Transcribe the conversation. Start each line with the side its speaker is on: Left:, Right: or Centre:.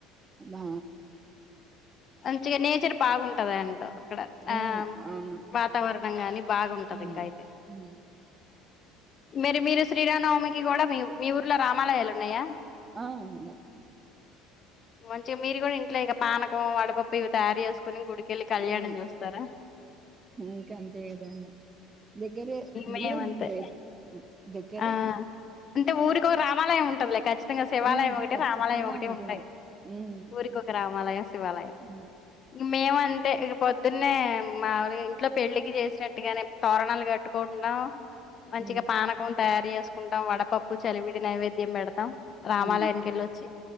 Right: బా
Left: మంచిగా నేచర్ బాగుంటది అంట అక్కడ ఆ
Right: ఉమ్ అవును
Left: వాతావరణం గాని బాగుంటది
Right: ఉమ్
Left: ఇంకా అయితే
Right: ఉమ్
Left: మరి మీరు శ్రీరామవమికి కూడా మీ మీ ఊర్లో రామాలయాలు ఉన్నయా
Right: ఆ ఉంది అక్క
Left: మంచిగా మీరు కూడా ఇంట్లో ఇక పానకం వడపప్పు ఇవి తయారు చేస్ కొని గుడికెళ్ళి కళ్యాణం
Right: ఉమ్
Left: చూస్తారా
Right: ఇంకా అంతే కదా దగ్గరే
Left: మేమంతె
Right: దూరం ఏం లేదు హ్మ్, దగ్గరే
Left: ఆ అంటే ఊరికి ఒ రామాలయం ఉంటది లే ఖచ్చితంగా శివాలయం
Right: ఉమ్
Left: ఒకటి,
Right: ఖచ్చితంగా
Left: రామాలయం ఒకటి,
Right: ఉంటుంది
Left: ఉంటాయి.
Right: ఉమ్
Left: ఊరికి ఒక రామాలయం శివాలయం
Right: ఉమ్
Left: మేమ్ అంతే ఇక పొద్దున్నే మాములుగా ఇంట్లో పెళ్లికి చేసినట్టుగానే తోరణాలు కట్టుకోన్ మంచిగా
Right: ఉమ్
Left: పానకం తయారు చేసుకుంటాం. వడపప్పు చలివిడి నైవేద్యం పెడతాం. రామాలయానికి
Right: ఉమ్
Left: వెళ్ళొచ్చి,